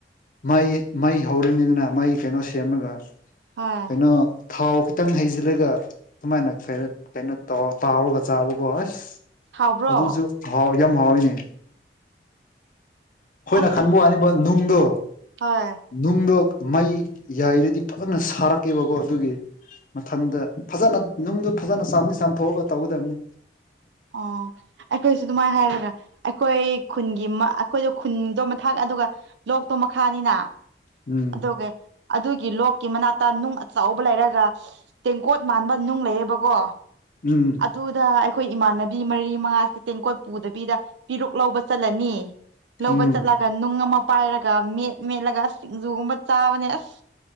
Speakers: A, on the left; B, on the right.
A: ꯃꯩ ꯃꯩ ꯍꯧꯔꯅꯤꯗꯅ ꯃꯩ ꯀꯩꯅꯣ ꯁꯦꯝꯂꯒ
B: ꯍꯣꯏ
A: ꯀꯩꯅꯣ ꯊꯥꯎ ꯈꯤꯇꯪ ꯍꯩꯖꯤꯜꯂꯒ ꯁꯨꯃꯥꯏꯅ ꯀꯩꯔ ꯀꯩꯅꯣ ꯇꯧ ꯇꯥꯎꯔꯒ ꯆꯥꯕꯀꯣ ꯑꯁ
B: ꯍꯥꯎꯕ꯭ꯔꯣ
A: ꯑꯗꯨꯁꯨ ꯍꯥꯎ ꯌꯥꯝ ꯍꯥꯎꯋꯤꯅꯦ ꯑꯈꯣꯏꯅ
B: ꯑꯁ
A: ꯈꯟꯕ ꯋꯥꯅꯤꯕ ꯅꯨꯡꯗꯣ
B: ꯍꯣꯏ
A: ꯅꯨꯡꯗꯣ ꯃꯩ ꯌꯥꯏꯔꯗꯤ ꯐꯖꯅ ꯁꯥꯔꯛꯀꯦꯕꯀꯣ ꯑꯗꯨꯒꯤ ꯃꯊꯟꯗ ꯐꯖꯅ ꯅꯨꯡꯗꯨ ꯐꯖꯅ ꯆꯥꯝꯗꯤ ꯆꯥꯝꯊꯣꯛꯑꯒ ꯇꯧꯒꯗꯕꯅꯤ
B: ꯑꯣ ꯑꯩꯈꯣꯏꯁꯨ ꯑꯗꯨꯃꯥꯏꯅ ꯍꯥꯏꯔꯒ ꯑꯩꯈꯣꯏ ꯈꯨꯟꯒꯤ ꯃꯥ ꯑꯩꯈꯣꯏꯗꯣ ꯈꯨꯟꯗꯣ ꯃꯊꯥꯛ ꯑꯗꯨꯒ ꯂꯣꯛꯇꯣ ꯃꯈꯥꯅꯤꯅ
A: ꯎꯝ
B: ꯑꯗꯨꯒꯤ ꯑꯗꯨꯒꯤ ꯂꯣꯛꯀꯤ ꯃꯅꯥꯛꯇ ꯅꯨꯡ ꯑꯆꯧꯕ ꯂꯩꯔꯒ ꯇꯦꯡꯀꯣꯠ ꯃꯥꯟꯕ ꯅꯨꯡ ꯂꯩꯌꯦꯕꯀꯣ
A: ꯎꯝ
B: ꯑꯗꯨꯗ ꯑꯩꯈꯣꯏ ꯏꯃꯥꯟꯅꯕꯤ ꯃꯔꯤ ꯃꯉꯥꯁꯦ ꯇꯦꯡꯀꯣꯠ ꯄꯨꯗꯕꯤꯗ ꯄꯤꯔꯨꯛ ꯂꯧꯕ ꯆꯠꯂꯅꯤ ꯂꯧꯕ
A: ꯎꯝ
B: ꯆꯠꯂ‍
A: ꯎꯝ
B: ꯑ ꯅꯨꯡ ꯑꯃ ꯄꯥꯏꯔꯒ ꯃꯦꯠ ꯃꯦꯠꯂꯒ ꯁꯤꯡꯖꯨꯒꯨꯝꯕ ꯆꯥꯕꯅꯦ ꯑꯁ